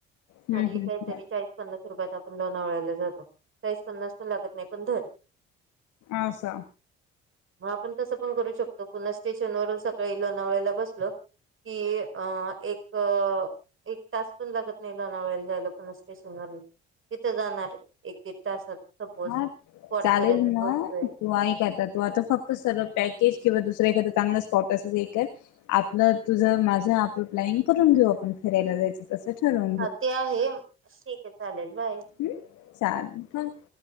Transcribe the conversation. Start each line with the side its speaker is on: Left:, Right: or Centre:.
Left: हम्म
Right: हार्डली
Left: हम्म
Right: काही तरी चाळीस पन्नास रुपयात आपण लोणावळाल्या जातो. चाळीस पन्नास पण लागत नाही, पण धर
Left: आसा.
Right: मग आपण तसं पण करू शकतो, पुन्हा स्टेशनवरून सकाळी लोणावळेला बसलो कि अ एक अ एक तास पण लागत नाही, लोनावळेला जायला पुणे स्टेशन वरून. तिथं जाणार एक दीड तासात सपोज
Left: हा
Right: स्पॉट
Left: चालेल
Right: पर्यंत
Left: मग,
Right: पोहोचतोय
Left: तू ऐक आता तू आता फक्त सर्व पॅकेज किंवा दुसरं एखादं चांगलं स्पॉट असं हे कर आपलं, तुझं, माझं, आपलं प्लॅनिंग करून घेऊ आपण फिरायला जायचं. तसं ठरव.
Right: हा ते आहे. ठीक आहे चालेल बाय.
Left: हुं. चालेल